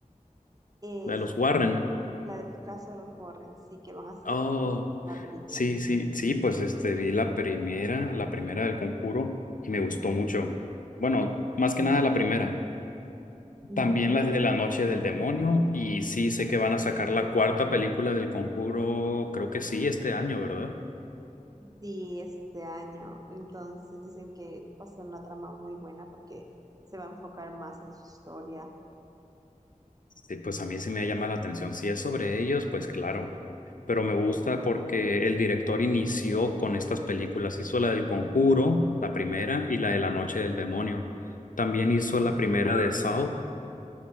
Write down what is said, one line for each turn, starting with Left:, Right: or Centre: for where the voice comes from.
Right: Es
Left: la de los Warren.
Right: sí, la del caso de los Warren, sí, que van a hacer,
Left: Oh,
Right: van a hacer una película.
Left: sí, sí, sí, pues este vi la primera, la primera del Conjuro y me gustó mucho. Bueno, más que nada la primera.
Right: Ujú.
Left: También las de La Noche del Demonio. Y sí, sé que van a sacar la cuarta película del Conjuro, creo que sí, este año, ¿verdad?
Right: Sí, este año. Entonces dicen que va a ser una trama muy buena porque se va a enfocar más en su historia.
Left: Sí, pues a mí sí me llama la atención. Si es sobre ellos, pues claro. Pero me gusta porque el director inició con estas películas. Hizo la del Conjuro, la primera, y la de La Noche del Demonio. También hizo la primera de Saw,